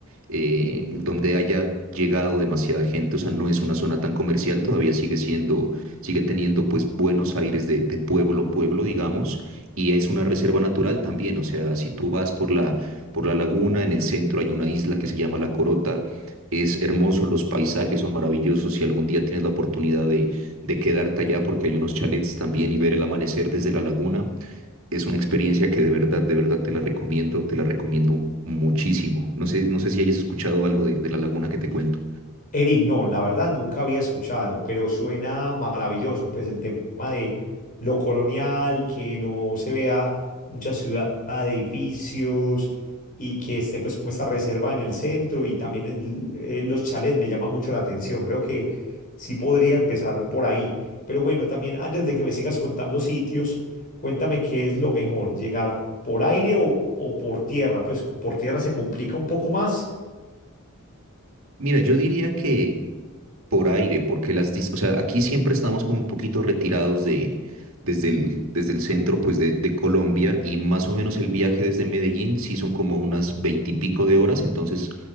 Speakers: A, on the right (about 70°); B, on the left (about 40°).
A: eh, donde haya llegado demasiada gente, o sea, no es una zona tan comercial, todavía sigue siendo, sigue teniendo pues buenos aires de, de pueblo, pueblo, digamos, y es una reserva natural también, o sea, si tú vas por la por la laguna, en el centro hay una isla que se llama La Corota. Es hermoso, los paisajes son maravillosos. Si algún día tienes la oportunidad de, de quedarte allá, porque hay unos chalets también y ver el amanecer desde la laguna, es una experiencia que de verdad, de verdad te la recomiendo, te la recomiendo muchísimo. No sé, no sé si hayas escuchado algo de de la laguna que te cuento.
B: Eric, no, la verdad nunca había escuchado, pero suena maravilloso, pues el tema de lo colonial, que no se vea mucha ciudad, edificios y que esté pues como esta reserva en el centro y también el- eh, los chalets me llama mucho la atención, creo que sí podría empezar por ahí, pero bueno, también antes de que me sigas contando sitios, cuéntame qué es lo mejor, llegar por aire o, o por tierra, pues por tierra se complica un poco más.
A: Mira, yo diría que por aire, porque las, dis- o sea, aquí siempre estamos como un poquito retirados de, desde el, desde el centro, pues, de, de Colombia y más o menos el viaje desde Medellín sí son como unas veintipico de horas, entonces